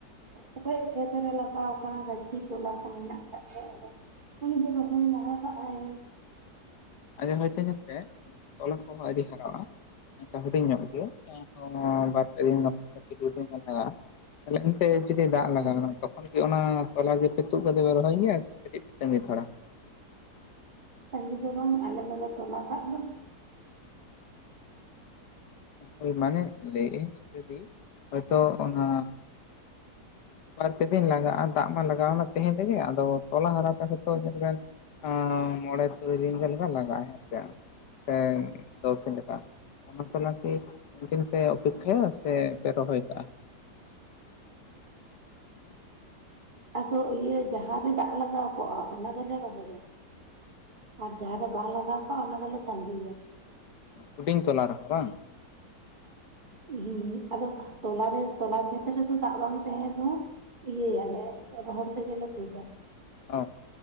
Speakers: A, on the right; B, on the left.
A: ᱚᱠᱚᱭᱟᱜ ᱠᱷᱮᱛ ᱨᱮ ᱞᱟᱜᱟᱣ ᱠᱟᱱᱟ ᱜᱟᱹᱪᱷᱤ ᱛᱚᱞᱟ ᱠᱚ ᱢᱮᱱᱟᱜ ᱟᱠᱟᱫ ᱜᱮᱭᱟ ᱟᱫᱚ᱾ ᱩᱱᱤ ᱫᱚ ᱨᱚᱦᱚᱭ ᱞᱟᱦᱟ ᱠᱟᱜ ᱟᱭ᱾
B: ᱚᱱᱮ ᱦᱚᱭᱛᱚ ᱧᱮᱞ ᱯᱮ ᱛᱚᱞᱟ ᱠᱚᱦᱚᱸ ᱟᱣᱨᱤ ᱦᱟᱨᱟᱜ-ᱟ᱾ ᱚᱱᱠᱟ ᱦᱩᱰᱤᱧ ᱧᱚᱜ ᱜᱮ ᱚᱝᱠᱟ ᱚᱱᱟ ᱵᱟᱨ ᱯᱮ ᱫᱤᱱ ᱢᱚᱬᱮ ᱛᱩᱨᱩᱭ ᱫᱤᱱ ᱜᱟᱱ ᱞᱟᱜᱟᱜᱼᱟ ᱛᱟᱦᱚᱞᱮ ᱮᱱᱛᱮ ᱡᱩᱫᱤ ᱫᱟᱜ ᱞᱟᱜᱟᱣᱮᱱᱟ
A: ᱦᱮᱸ
B: ᱛᱚᱠᱷᱚᱱ ᱠᱤ ᱚᱱᱟ᱾ ᱛᱚᱞᱟ ᱜᱮᱯᱮ ᱛᱩᱫ ᱠᱟᱛᱮᱯᱮ ᱨᱚᱦᱚᱭ ᱜᱮᱭᱟ ᱥᱮ ᱠᱟᱴᱤᱪ ᱯᱮ ᱛᱟᱸᱜᱤ ᱛᱟᱲᱟ?
A: ᱛᱟᱸᱜᱤ ᱫᱚ ᱵᱟᱝ ᱟᱞᱮ ᱫᱚᱞᱮ ᱛᱚᱞᱟ ᱠᱟᱫ ᱫᱚ᱾
B: ᱦᱳᱭ ᱢᱟᱱᱮ ᱞᱟᱹᱭ ᱟ. ᱧ ᱡᱩᱫᱤ ᱦᱳᱭᱛᱚ ᱚᱱᱟ, ᱵᱟᱨᱯᱮ ᱫᱤᱱ ᱞᱟᱜᱟᱜᱼᱟ ᱫᱟᱜ ᱢᱟ ᱞᱟᱜᱟᱣᱱᱟ ᱛᱮᱦᱮᱧ ᱨᱮᱜᱮ ᱟᱫᱚ ᱛᱚᱞᱟ ᱦᱟᱨᱟᱣ ᱥᱟᱸᱦᱤᱪ ᱛᱚ ᱧᱮᱞ ᱵᱮᱱ, ᱟᱸ ᱢᱚᱬᱮ ᱛᱩᱨᱩᱭ ᱫᱤᱱ ᱜᱟᱱ ᱞᱟᱜᱟᱜ-ᱟ ᱦᱮᱸ ᱥᱮ, ᱦᱮᱸ ᱫᱚᱥ ᱫᱤᱱ ᱞᱮᱠᱟ ᱚᱱᱟ ᱛᱚᱞᱟ ᱛᱚ ᱩᱱ ᱫᱤᱱ ᱯᱮ ᱚᱯᱮᱠᱷᱟᱭᱟ ᱥᱮ ᱯᱮ ᱨᱚᱦᱚᱭ ᱠᱟᱜᱼᱟ
A: ᱟᱫᱚ ᱤᱭᱟᱹ ᱡᱟᱦᱟᱸ ᱨᱮ ᱫᱟᱜ ᱞᱟᱜᱟᱣ ᱠᱚᱜᱼᱟ ᱚᱱᱟ ᱫᱚᱞᱮ ᱨᱚᱦᱚᱭᱟ ᱟᱨ ᱡᱟᱦᱟᱸ ᱫᱚ, ᱵᱟᱝ ᱞᱟᱜᱟᱣ ᱠᱟᱜ ᱚᱱᱟ ᱫᱚᱞᱮ ᱛᱟᱸᱜᱤᱭᱟ
B: ᱦᱩᱰᱤᱧ ᱛᱚᱞᱟ ᱨᱮᱦᱚᱸ ᱵᱟᱝ
A: ᱦᱮ ᱟᱫᱚ ᱛᱚᱞᱟᱨ ᱨᱮ ᱛᱚᱞᱟ ᱠᱷᱮᱛ ᱨᱮᱫᱚ ᱫᱟᱜ ᱵᱟᱝ ᱛᱟᱦᱮᱸᱱ ᱨᱮᱦᱚᱸ ᱤᱭᱟᱹᱭᱟᱞᱮ ᱨᱚᱦᱚᱲ ᱛᱮᱜᱮᱞᱮ ᱛᱩᱫᱟ
B: ᱚ